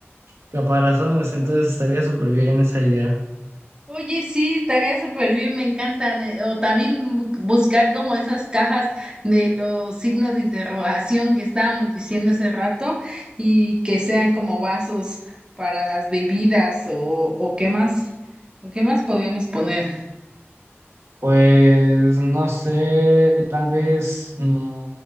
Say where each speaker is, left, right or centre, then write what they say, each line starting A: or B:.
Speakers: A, on the right; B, on the right.
A: Caparazones, entonces estaría súper bien esa idea.
B: Oye, sí, estaría súper bien, me encantan. eh, O también bu- buscar como esas cajas de los signos de interrogación que estábamos diciendo hace rato y que sean como vasos para las bebidas o, o qué más, o qué más podríamos poner.
A: Pues no sé, tal vez mm,